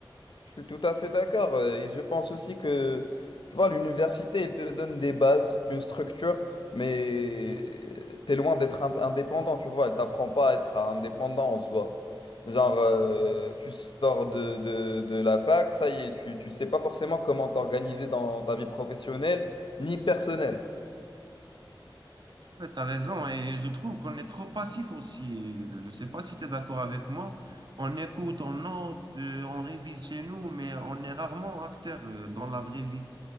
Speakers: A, on the left (about 70°); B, on the right (about 60°).
A: Je suis tout à fait d'accord. euh, Et je pense aussi que, tu vois, l'université, elle te donne des bases, une structure, mais t'es loin d'être ind- indépendant, tu vois. Elle t'apprend pas à être indépendant en soi. Genre, euh, tu sors de, de, de la fac, ça y est, tu, tu sais pas forcément comment t'organiser dans ta vie professionnelle ni personnelle.
B: Ouais, t'as raison et je trouve qu'on est trop passif aussi. Je sais pas si tu es d'accord avec moi. On écoute, on note, euh, on révise chez nous, mais on est rarement acteur euh, dans la vraie vie.